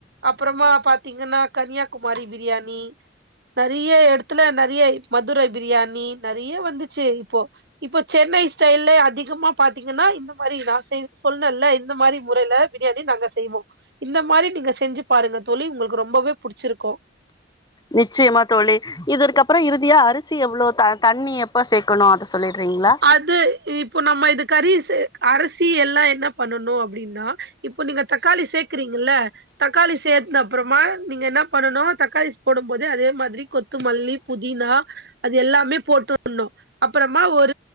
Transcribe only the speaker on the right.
அப்றமா பாத் திங்கன்னா கன்னியாகுமாரி பிரியாணி நெறைய எடத்துல நெறைய மதுரை பிரியாணி நெறைய வந்துச்சு இப்போ இப்ப சென்னை ஸ்டைல்ல அதிகமா பாத்தீங்கன்னா இந்த மாரி நா செ சொன்னேல்ல இந்த மாரி முறைல பிரியாணி நாங்க செய்வோ இந்த மாரி நீங்க செஞ்சு பாருங்க தோழி உங்ளுக்கு ரொம்பவே புடிச்சிருக்கு
அது இப்போ நம்ம இது கரி சே அரிசி எல்லா என்ன பண்ணணு அப்டின்னா இப்ப நீங்க தக்காளி சேக்கறீங்கல்ல தக்காளி சேத்ன அப்றமா நீங்க என்ன பண்ணனு தக்காளி போடு போது அதே மாதிரி கொத்துமல்லி புதினா அது எல்லாமே போட்டுணும் அப்புறமா ஒரு